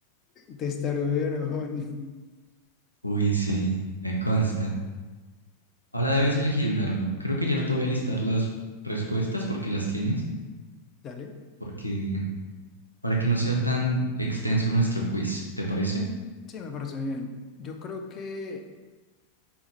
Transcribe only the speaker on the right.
Uy, sí, me consta. Ahora debes elegir un arma. Creo que ya no te voy a listar las respuestas porque las tienes,
porque para que no sea tan extenso nuestro quiz, ¿te parece?